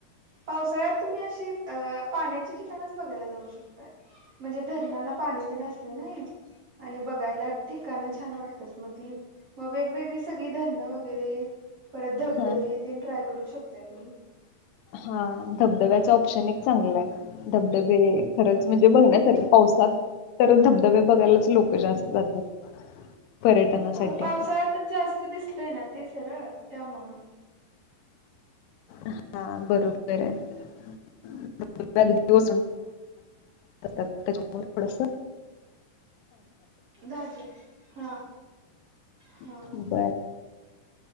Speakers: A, on the right; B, on the left.
A: पावसाळ्यात तुम्ही अशी अ पाण्याचे ठिकाणच बघायला जाऊ शकताय. म्हणजे धरणाला पाणी देण असते नाई. आणि बघायला ठिकाणं छान वाटतात मग ती मग वेगवेगळी सगळी धरणं वगैरे परत धबधबे
B: हा
A: ते ट्राय करू शकताय तुम्ही.
B: हा धबधब्याच ऑप्शन एक चांगलं आहे धबधबे खरंच म्हणजे बघण्यासारखे
A: हम्म
B: पावसात तर धबधबे बघायलाच लोक जास्त जातात. पर्यटनासाठी.
A: हो पावसाळ्यातच जास्त दिसतय ना ते सरळ त्यामुळं.
B: हा बरोबर आहे. <unintelligible> त्याच्यामुळे थोडस
A: दहा ते हा. हा.
B: वाटतं. बरं.